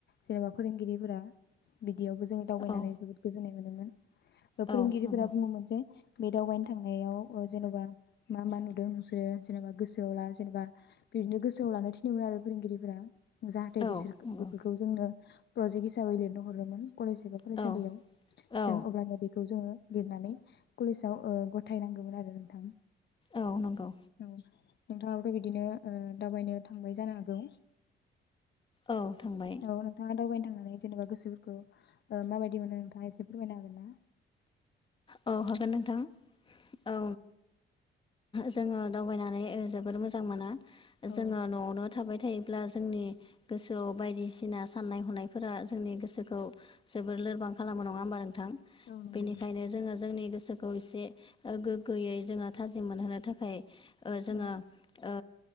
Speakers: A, on the left; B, on the left.
A: जेनेबा फोरोंगिरिफोरा बि दियावबो जों दावबायनानै
B: औ
A: जबोद गोजोननाय मोनोमोन। बा फोरोंगिरिफोरा
B: औ नंगौ
A: बुङोमोन जे बे दावबायनो थांनायाव ओ जेन'बा मा मा नुदों नोंसोरो जेनेबा गोसोआव ला जेनेबा बिदिनो गोसोआव लानो थिनोमोन आरो फोरोंगिरिफोरा जाहाथे
B: औ
A: बिसोरखो
B: नंगौ
A: बेफोरखौ जोंनो प्रजेक्ट हिसाबै लिरनो हरोमोन। कलेज एबा फरायसालियाव
B: औ औ
A: जों अब्लानो बेखौ जोङो लिरनानै कलेजाव ओ गथायनांगौमोन आरो नोंथां।
B: औ नंगौ
A: औ। नोंथाङाबोथ' बिदिनो ओ दावबायनायाव थांबाय जानो हागौ?
B: औ थांबाय।
A: औ नोंथाङा दावबायनो थांनानै जेनेबा गोसोफोरखौ ओ माबादि मोनो नोंथाङा एसे फोरमायनो हागोन ना?
B: औ हागोन नोंथां। औ। जोङो दावबायनानै ओ जोबोर मोजां मोनो।
A: औ
B: जोङो न'आवनो थाबाय थायोब्ला जोंनि गोसोआव बायदिसिना साननाय हनायफोरा जोंनि गोसोखौ जोबोर लोरबां खालामो नङा होनोमबा नों थां
A: औ नंगौ।
B: बेनिखायनो जोंनि गोसोखौ एसे गोग्गोयै जोङो थाजि मोनहोनो थाखाय अ जोङो
A: औ
B: अ